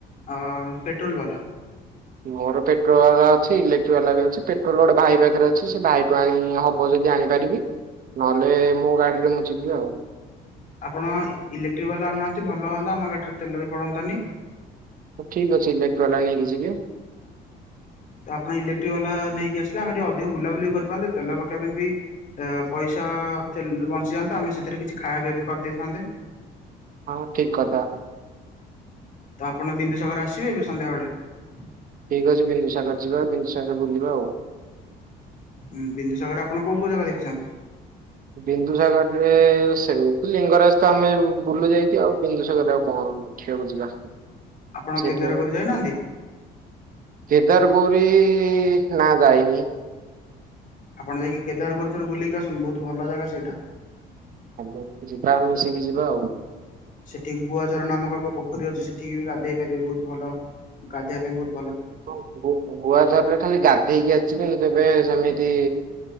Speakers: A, on the left; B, on the right.
A: ଅ ପେଟ୍ରୋଲ ବାଲା।
B: ମୋର ପେଟ୍ରୋଲ ବାଲା ଅଛି ଇଲେକ୍ଟ୍ରି ବାଲା ବି ଅଛି। ପେଟ୍ରୋଲ ଗୋଟେ ଭାଇ ପାଖରେ ଅଛି ସେ ଭାଇ ଟୁ ଆଣି ହବ ଯଦି ଆଣି ପାରିବି। ନହେଲେ ମୋ ଗାଡିରେ ମୁଁ ଯିବି ଆଉ।
A: ଆପଣ ଇଲେକ୍ଟ୍ରି ବାଲା ଆଣୁନାହାଁନ୍ତି ଭଲ ହଅନ୍ତା ଆମ ଗାଡ଼ିରେ ତେଲ ବି ପଡ଼ନ୍ତାନି।
B: ହଉ ଠିକ୍ ଅଛି। ଇଲେକ୍ଟ୍ରିୱାଲା ନେଇକି ଯିବି।
A: ତ ଆପଣ ଇଲେକ୍ଟ୍ରି ବାଲା ନେଇକି ଆସିଲେ ଆମେ ଟିକେ ଅଧିକ ବୁଲାବୁଲି କରିପାନ୍ତେ ତେଲ ପକେଇବା ପାଇଁ ବି ପଇସା ତ ଅ ଅ ସେ ଲୋ ବଞ୍ଚିଯାଆନ୍ତା ଆମେ ସେଥିରେ କିଛି ଖାଆ ପିଆ ବି କରିଦେଇଥାନ୍ତେ।
B: ହଁ ଠିକ୍ କଥା।
A: ତ ଆପଣ ବିନ୍ଦୁସାଗର ଆସିବେ ଏବେ ସନ୍ଧ୍ୟାବେଳେ?
B: ଠିକ୍ ଅଛି ବିନ୍ଦୁସାଗର ଯିବା। ବିନ୍ଦୁସାଗର ବୁଲିବା ଆଉ।
A: ହୁଁ ବିନ୍ଦୁସାଗରରେ ଆପଣ କୋଉ କୋଉ ଜାଗା ଦେଖିଛନ୍ତି?
B: ବିନ୍ଦୁସାଗରରେ ସେଉ ଲିଙ୍ଗରାଜ ତ ଆମେ ବୁଲୁ ଯାଇକି ଆଉ ବିନ୍ଦୁସାଗରରେ ଆଉ କଣ? କଁ ଦେଖିବାକୁ ଯିବା?
A: ଆପଣ
B: ସେ
A: କେଦାରଗୌରୀ
B: ତ
A: ଯାଇନାହାନ୍ତି?
B: କେଦାରଗୌରୀ ନା ଯାଇନି।
A: ଆପଣ ଯାଇକି କେଦାରପୁର ଥରୁ ବୁଲିକି ଆସନ୍ତୁ ବହୁତ ଭଲ ଜାଗା ସେଇଟା।
B: ହାଲୋ ଯିବା ଆମେ ମିଶିକି ଯିବା ଆଉ।
A: ସେଠି ଗୁଆଝରଣ ନାମକ ଏକ ପୋଖରୀ ଅଛି ସେଠିକି ବି ଗାଧେଇ ପାରିବେ ବହୁତ ଭଲ ଗାଧେଇବା ପାଇଁ ବହୁତ୍।
B: ହଁ ଗୁ ଗୁଆଝରରେ ଖାଲି ଗାଧେଇକି ଆସିଛି କିନ୍ତୁ କେବେ ସେମିତି